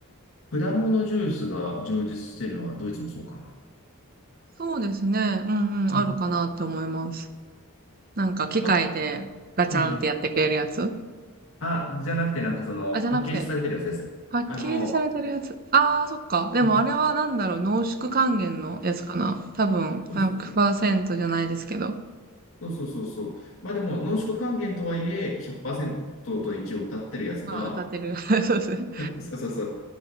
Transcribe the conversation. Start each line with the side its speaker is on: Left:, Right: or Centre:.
Left: 果物ジュースが充実してるのはドイツもそうかな。
Right: そうですね。うんうん、
Left: うん。
Right: あるかなって思います。なんか機械でガチャンってやってくれるやつ
Left: いや、あ、うんうん。あ、じゃなくてなんかその、
Right: あ、じゃなくて、
Left: パッケージされてるやつです。
Right: パッケージされてるやつ。
Left: あの、
Right: あー、そっか。でもあれはなんだろう、
Left: うん。
Right: 濃縮還元のやつかな。多分、
Left: そうそうそう。
Right: 100%じゃないですけど。
Left: そうそうそうそう。まあでも、濃縮還元とはいえ、100%と一応歌ってるやつが、
Right: まあ、歌ってる。<laughs> そうですね。
Left: そうそうそう。